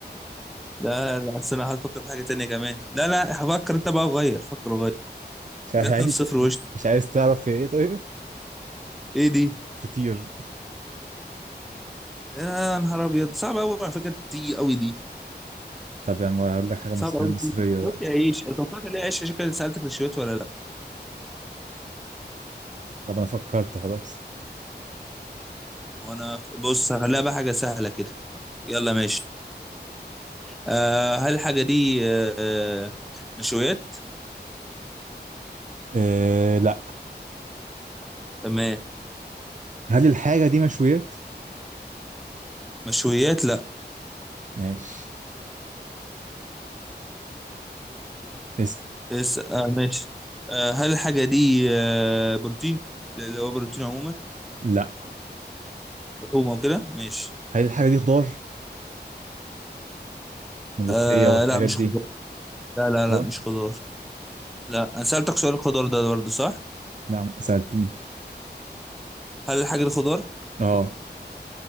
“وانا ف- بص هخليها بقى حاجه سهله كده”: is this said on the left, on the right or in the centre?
Centre